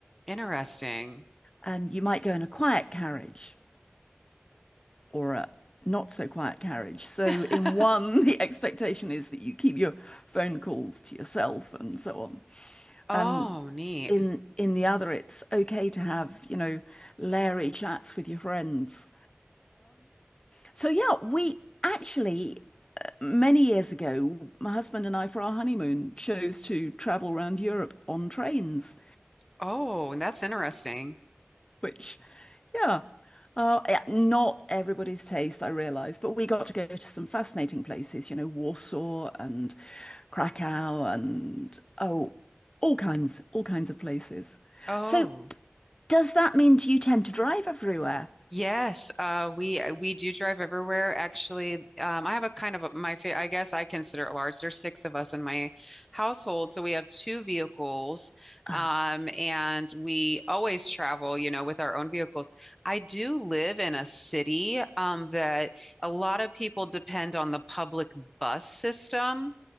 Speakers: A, in the centre; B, on the left (about 20°).
A: interesting.
B: And you might go in a quiet carriage or a not so quiet carriage. So,
A: <laughs>
B: in one, <laughs> the expectation is that you keep your phone calls to yourself and so on.
A: Oh,
B: And
A: neat.
B: in in the other it's okay to have you know leery chats with your friends so yeah we actually many years ago my husband and i for our honeymoon chose to travel around europe on trains
A: Oh, that's interesting.
B: which yeah uh, yeah, not everybody's taste, I realise, but we got to go to some fascinating places, you know, Warsaw and Krakow and oh, all kinds, all kinds of places.
A: Oh.
B: So, does that mean do you tend to drive everywhere?
A: Yes, uh, we uh, we do drive everywhere. Actually, um, I have a kind of a, my fa I guess I consider it large. There's six of us in my household, so we have two vehicles,
B: Ah,
A: um, and we always travel, you know, with our own vehicles. I do live in a city, um, that a lot of people depend on the public bus system,